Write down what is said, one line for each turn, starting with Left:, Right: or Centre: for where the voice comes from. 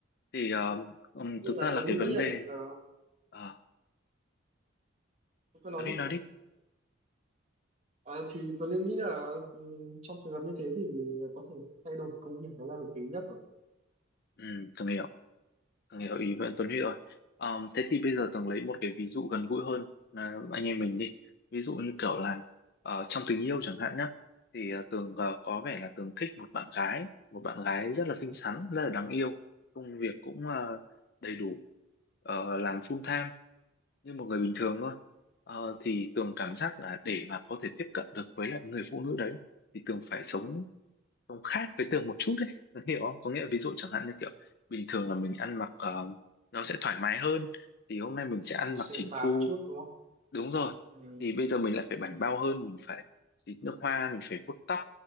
Left: thì ờ, ừm,
Right: thế nên
Left: thực
Right: là
Left: ra là
Right: Tuấn
Left: cái
Right: Linh nghĩ
Left: vấn
Right: là
Left: đề
Right: ờ,
Left: à,
Right: tôi cứ nói
Left: Tuấn Huy
Right: đi
Left: nói đi
Right: Ờ, thì Tuấn Linh nghĩ là ừ, trong trường hợp như thế thì có thể thay đổi công việc đó là hợp lý nhất rồi
Left: ừ, từng hiểu từng hiểu ý với Tuấn Huy rồi Ờ, thế thì bây giờ Tường lấy một cái ví dụ gần gũi hơn là anh em mình đi ví dụ như kiểu là ờ, trong tình yêu chẳng hạn nhá thì ờ, Tường ờ, có vẻ là Tường thích một bạn gái một bạn gái rất là xinh xắn rất là đáng yêu công việc cũng ờ, đầy đủ ờ, làm full time như một người bình thường thôi Ờ, thì Tường cảm giác là để mà có thể tiếp cận được với lại người phụ nữ đấy thì Tường phải sống sống khác với Tường một chút đấy Tường hiểu không có nghĩa là ví dụ chẳng hạn như kiểu bình thường là mình ăn mặc ờ, nó sẽ thoải mái hơn thì hôm nay mình sẽ
Right: Ừ,
Left: ăn mặc
Right: sửa
Left: chỉn
Right: phàm
Left: chu
Right: một chút đúng không?
Left: đúng rồi
Right: Ừ.
Left: thì bây giờ mình lại phải bảnh bao hơn mình phải xịt nước hoa mình phải vuốt tóc